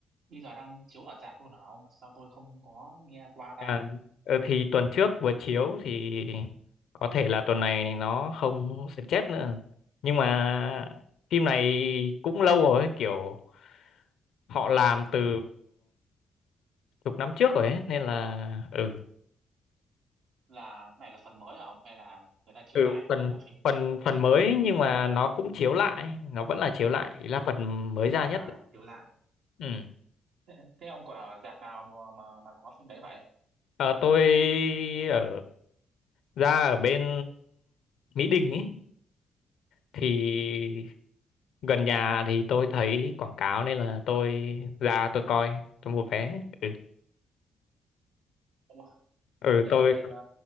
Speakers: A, on the right (about 75°); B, on the left (about 70°).
A: bây giờ đang chiếu ở rạp luôn hả ông sao tôi không có nghe qua ta
B: à, ừ, thì tuần trước vừa chiếu thì có thể là tuần này nó không sẽ chết nữa nhưng mà phim này cũng lâu rồi ấy, kiểu họ làm từ chục năm trước rồi ấy nên là ừ
A: là này là phần mới hả ông hay là người ta chiếu
B: ừ
A: lại
B: phần
A: như là phim
B: phần phần mới nhưng
A: ờ
B: mà nó cũng chiếu lại nó vẫn là chiếu lại ý là phần mới ra
A: à
B: nhất
A: hiểu lại
B: ừ
A: thế, thế ông còn ở rạp nào mà mà, mà có phim đấy vậy
B: Ờ, tôi ở ra ở bên Mỹ Đình ấy thì gần nhà thì tôi thấy quảng cáo nên là tôi ra tôi coi tôi mua vé ừ,
A: ông
B: ừ
A: ông nhớ
B: tôi
A: tên ờ,